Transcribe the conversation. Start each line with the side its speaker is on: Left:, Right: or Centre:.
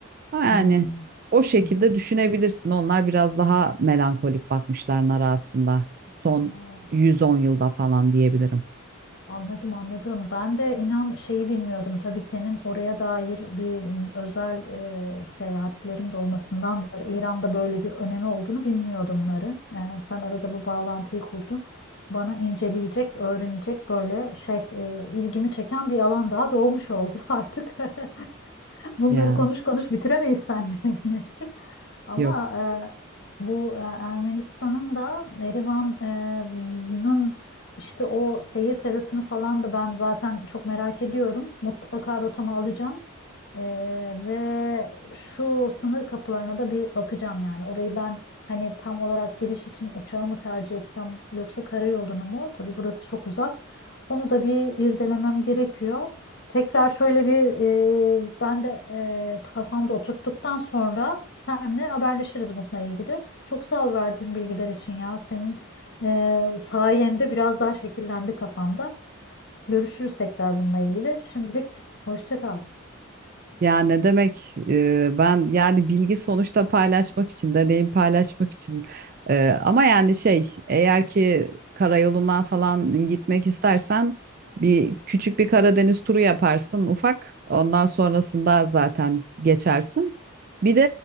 Right: Ama
Left: Hmm.
Right: yani o şekilde
Left: Hı
Right: düşünebilirsin. Onlar biraz daha melankolik bakmışlar nara aslında. Son
Left: hı.
Right: 110 yılda falan diyebilirim.
Left: Anladım anladım. Ben de inan şeyi bilmiyordum. Tabii senin oraya dair bir m, özel e, seyahatlerin de olmasındandır. İran'da böyle bir önemi olduğunu bilmiyordum Narın. E, sen arada bu bağlantıyı kurdun. Bana inceleyecek, öğrenecek böyle şey e, ilgimi çeken bir alan daha doğmuş oldu <laughs> artık. <laughs> Bunları
Right: Ya
Left: konuş konuş bitiremeyiz seninle <laughs> Güneş'cim. Ama
Right: yok.
Left: e, bu e, Ermenistan'ın da Erivan'ın e, işte o seyir terasını falan da ben zaten çok merak ediyorum. Mutlaka rotama alacağım. Ee, ve şu sınır kapılarına da bir bakacağım yani. Orayı ben hani tam olarak giriş için uçağı mı tercih etsem yoksa karayolunu mu? Tabii burası çok uzak. Onu da bir irdelemem gerekiyor. Tekrar şöyle bir e, ben de e, kafamda oturttuktan sonra senle haberleşiriz bununla ilgili. Çok sağ ol verdiğin bilgiler için ya. Senin e, sayende biraz daha şekillendi kafamda. Görüşürüz tekrar bununla ilgili. Şimdilik hoşça kal.
Right: Ya ne demek e, ben yani bilgi sonuçta paylaşmak için deneyim paylaşmak için E, ama yani şey eğer ki karayolundan falan gitmek istersen bir küçük bir Karadeniz turu yaparsın ufak ondan sonrasında zaten geçersin. Bir de